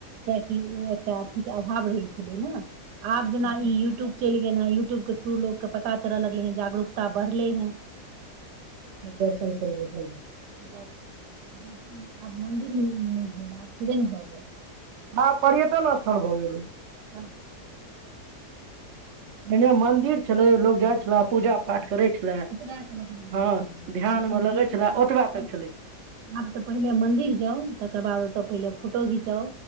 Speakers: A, on the right; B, on the right.
A: कियकि ओ एकटा अथीके अभाव रहै छलै ने आब जेना
B: हँ
A: ई यूट्यूब चल य यट्यूब के थ्रू लोक के पता चलऽ लगले है जागरूकता बढ़ले है
B: दर्शन कर ल जाइ
A: बस आब मन्दिरमे नहि भेल आब किबे ने भऽ गेल
B: हँ पर्यटन स्थल भगलु
A: आ
B: एने मंदिर छलै लोग जाइ छले पूजा पाठ करै छले
A: ओास मतलब रहै
B: हँ
A: छल
B: ध्यान
A: आब तऽ
B: मे
A: मन्दिर
B: लगै छले
A: जा
B: ओतबे तक छलै
A: आब तऽ पहिले मन्दिर जाउ तकर बाद त पे फोटो घिचा